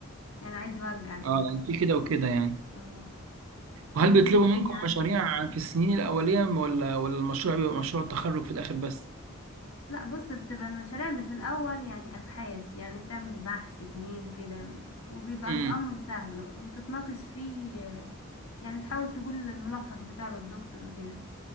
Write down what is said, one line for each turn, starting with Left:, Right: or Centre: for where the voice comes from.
Left: يعني عايز يوجعك
Right: اه
Left: كده
Right: يعني في كده وكده يعني
Left: اه ليه
Right: وهل
Left: انتوا
Right: بيطلبوا
Left: ايه الدنيا
Right: منكم
Left: عندك
Right: مشاريع في السنين الاوليه ولا ولا المشروع بيبقى مشروع التخرج في الاخر بس
Left: لا بص بتبقى المشاريع اللي في الاول يعني ابحاث يعني بتعمل بحث اتنين كده وبيبقى
Right: امم
Left: الامر سهل وتتناقش فيه يعني تحاول تقول الملخص بتاعه للدكتور وكده